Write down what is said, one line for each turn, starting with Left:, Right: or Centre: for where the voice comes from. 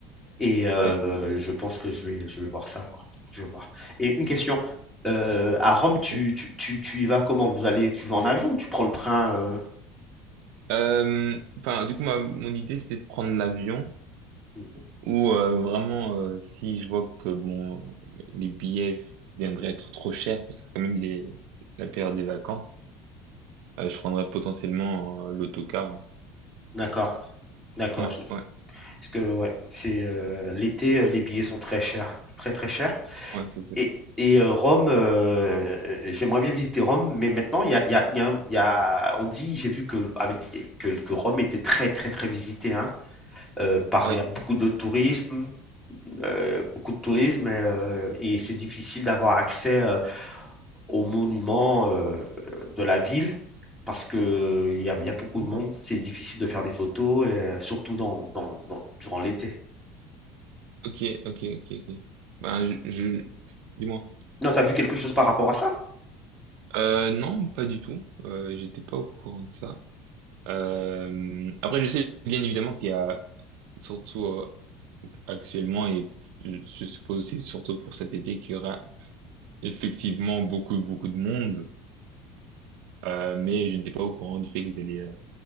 Centre: et euh,
Right: Oui.
Centre: je pense que je vais, je vais voir ça, quoi. Je vais voir. Et une question. Euh, à Rome, tu,
Right: Oui.
Centre: tu, tu, tu y vas comment? Vous allez, tu vas en avion ou tu prends le train euh,
Right: Euh, enfin, du coup, ma, mon idée, c'était de prendre l'avion
Centre: Mhm.
Right: Ou euh, vraiment, euh, si je vois que bon, les billets viendraient être trop chers, parce que c'est même les, la période des vacances, euh, je prendrais potentiellement euh, l'autocar. hein.
Centre: D'accord, d'accord.
Right: Ouais,
Centre: Parce
Right: ouais,
Centre: que ouais, c'est euh, l'été, euh, les billets sont très chers, très très chers.
Right: ouais, c'est ça.
Centre: Et, et euh, Rome, euh, j'aimerais bien visiter Rome, mais maintenant il y a, il y a- il y a il y a- on dit, j'ai vu que avec que, que Rome était très très très visitée, hein, euh, par
Right: Ouais.
Centre: il y a beaucoup de tourisme, euh, beaucoup de tourisme, euh, et c'est difficile d'avoir accès euh, aux monuments euh, de la ville. Parce que il y a, il y a beaucoup
Right: Ah.
Centre: de monde, c'est difficile de faire des photos, et, euh, surtout dans, dans- dans- durant l'été.
Right: Ok, ok, ok, ok. Ben, je, je... dis-moi.
Centre: Non, t'as vu quelque chose par rapport à ça?
Right: Euh, non, pas du tout. Euh, j'étais pas au courant de ça. Euh, après, je sais bien évidemment qu'il y a surtout euh, actuellement et je je suppose aussi surtout pour cet été qu'il y aura effectivement beaucoup beaucoup de monde. Euh, mais je n'étais pas au courant du fait qu'ils allaient euh,